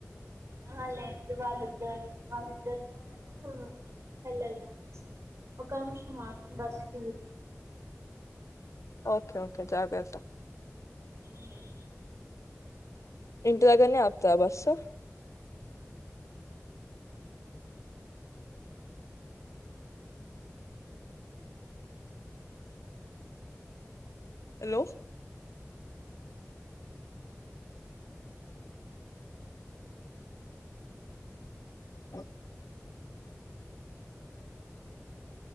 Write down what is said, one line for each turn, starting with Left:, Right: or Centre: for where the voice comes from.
Right: ఆహా లేదు వాళ్లిద్దరు వాళ్లిద్దరూన్నా ర ఎల్లలే ఆమెసైడ్ ఒక్క నిమిషం ఆగు బస్ దిగుత
Left: ఓకే ఓకే జాగ్రత్త.
Right: ఉమ్.
Left: ఇంటి దగ్గరనే ఆపుతాద బస్సు. హలో. ఆహ్.